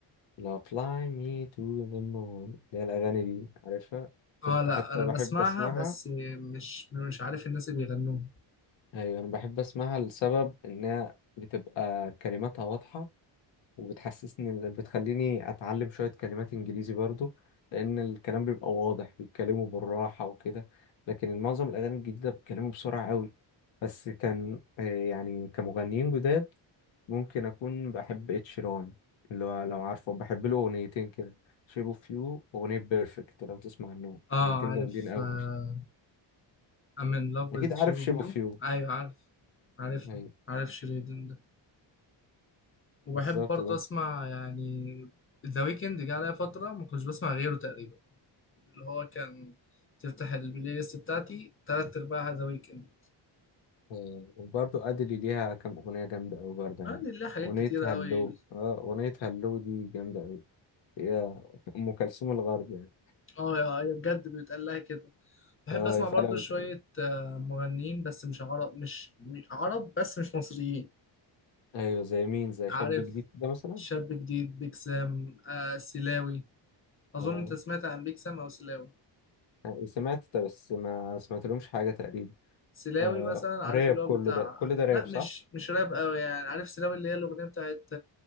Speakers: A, on the left; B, on the left.
A: لا fly me to the moon اللي هي الأغاني دي عارفها
B: اه
A: كنت
B: لا
A: حتى
B: انا
A: بحب
B: بسمعها
A: أسمعها
B: بس مش مش عارف الناس اللي بيغنوها
A: أيوة أنا بحب أسمعها لسبب إنها بتبقى كلماتها واضحة وبتحسسني إن- بتخليني اتعلم شوية كلمات انجليزي برضو لان الكلام بيبقى واضح بيتكلموا بالراحة وكده لكن معظم الاغاني الجديدة بيتكلموا بسرعة قوي بس كان آه، يعني كمغنيين جداد ممكن اكون بحب اتشيران اللي هو لو عارفه بحب له اغنيتين كده شيب اوف يو واغنية بيرفكت لو تسمع عنهم
B: اه
A: اغنيتين
B: عارف
A: جامدين قوي
B: آه I'm in love with
A: اكيد عارف
B: you
A: شيب اوف يو
B: ايوه عارف عارفها
A: ايوه
B: عارف شيرين وبحب
A: بالظبط
B: برضه اسمع يعني ذا ويكند جه عليا فتره ما كنتش بسمع غيره تقريبا اللي هو كان تفتح البلاي ليست بتاعتي تلات ارباعها ذا ويكند
A: آه، وبرضه أدلي ليها كام أغنية جامدة أوي برضه يعني
B: عندي لله حاجات
A: أغنية
B: كتيره
A: هلو
B: قوي
A: اه أغنية هلو دي جامدة أوي هي أم كلثوم الغرب يعني
B: اه يا يا بجد بيتقال لها كده بحب
A: اه
B: اسمع
A: هي فعلا
B: برضه شويه
A: بتقلد.
B: آه، مغنيين بس مش عرب مش مش عرب بس مش مصريين
A: أيوه زي مين زي
B: عارف
A: شاب جديد كده مثلا
B: شاب جديد بيك سام آه سلاوي اظن
A: اه
B: انت سمعت عن بيك سام او سلاوي
A: آه، سمعت ده بس ما سمعتلهمش حاجة تقريبا
B: سلاوي
A: آه
B: مثلا
A: راب
B: عارف اللي
A: كل
B: هو بتاع
A: ده كل ده راب
B: لا
A: صح؟
B: مش مش راب قوي يعني عارف سلاوي اللي هي الاغنيه بتاعت